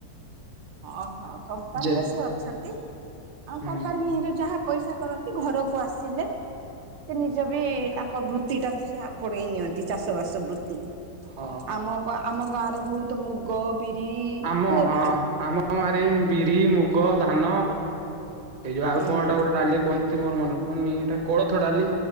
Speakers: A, on the right; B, on the right.
A: ଓହୋ, କମ୍ପାନୀରେ
B: ଜେନ୍
A: ସେ ଅଛନ୍ତି, ଆଉ
B: ହୁଁ
A: କମ୍ପାନୀରେ ଯାହା ପଇସା କରନ୍ତି, ଘରକୁ ଆସିଲେ ସେ ନିଜେ ବି ତାଙ୍କ ବୃତ୍ତି ଟାକୁ ସେ ଆପଣେଇ ନିଅନ୍ତି, ଚାଷ ବାସ ବୃତ୍ତି।
B: ହଁ।
A: ଆମ ପା, ଆମ ଗାଁରେ ବହୁତ୍ ମୁଗ ବିରି
B: ଆମ
A: ହୁଏ
B: ହଁ
A: ନା?
B: ଆମ ଗାଁ ରେ, ବିରି, ମୁଗ, ଧାନ, ଏଇ ଯୋଉ ଆଉ
A: ହୁଁ
B: କଣ ଗୋଟେ ଡାଲି କୁହନ୍ ମୋର ମନେ ପଡୁନି, ଏଟା କୋଳଥ ଡାଲି,